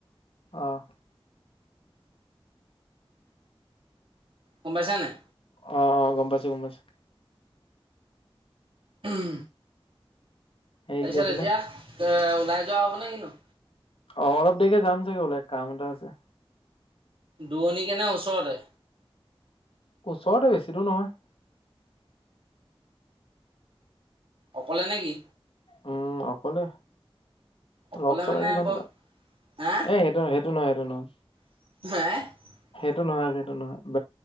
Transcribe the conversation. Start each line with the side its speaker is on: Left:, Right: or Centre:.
Left: অহ।
Right: গম পাইছা নে নাই?
Left: অ অ গম পাইছো গম পাইছো।
Right: উম
Left: হেৰি
Right: তাৰছত
Left: কি আছিলে
Right: এতিয়া এহ ওলাই যোৱা হব নে কিনো
Left: অহ, অলপ দেৰিকে যাম চাগে উলাই কাম এটা আছে।
Right: দুৰণিকে নে ওচৰতে?
Left: ওচৰতে বেছি দূৰ নহয়।
Right: অকলে নেকি?
Left: উম, অকলে।
Right: অকলে
Left: লগ- চগ
Right: মানে
Left: আজি ইমান
Right: বৰ হা
Left: এ সেইটো- সেইটো নহয় -সেইটো নহয়।
Right: <unintelligible>
Left: সেইটো নহয় -সেইটো নহয়।